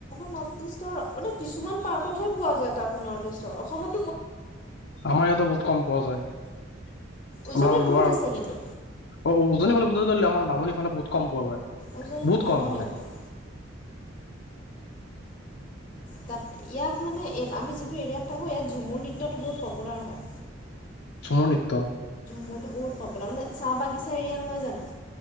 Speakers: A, on the left (about 30°); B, on the left (about 65°).
A: নৰ্থ ইষ্টৰ মানে কিছুমান পাৰ্টতহে পোৱা যায়। তাকো নৰ্থ ইষ্টৰ অসমত
B: আমাৰ ইয়াতে বহুত কম পোৱা যায়। আমাৰ
A: উজনিত
B: - আমাৰ লয়াৰ
A: বহুত আছে কিন্তু
B: অহ ', উজনিৰ ফালে বজ আমাৰ নামনি ফালে বহুত কম পোৱা যায়
A: উজনিত
B: বহুত
A: কমন
B: কম মানে।
A: এইবোৰ ত' ইয়াত মান আমি যিটো এৰিয়াত থাকো ইয়াত ঝুমুৰ নৃত্যটো বহুত পপুলাৰ হয়।
B: ঝুমুৰ নৃত্য।
A: মোৰতো বহুত পপুলাৰ মানে চাহ বাগিচা এৰিয়া নহয় জানো।